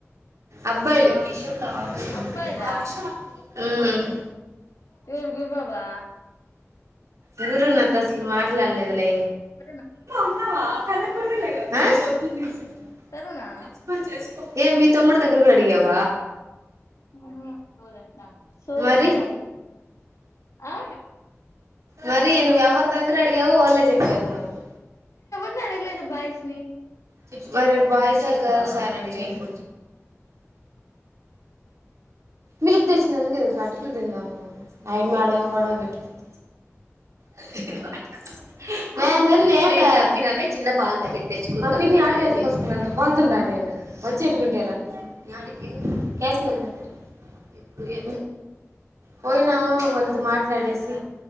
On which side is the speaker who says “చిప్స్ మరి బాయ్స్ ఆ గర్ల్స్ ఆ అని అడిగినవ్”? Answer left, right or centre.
Right